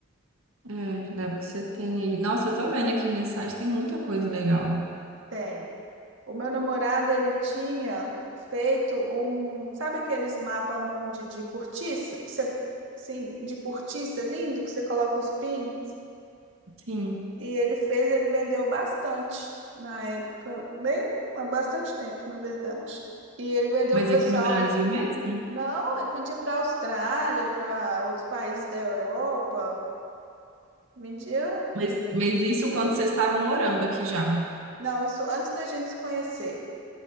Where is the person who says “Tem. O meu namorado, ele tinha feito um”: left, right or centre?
Right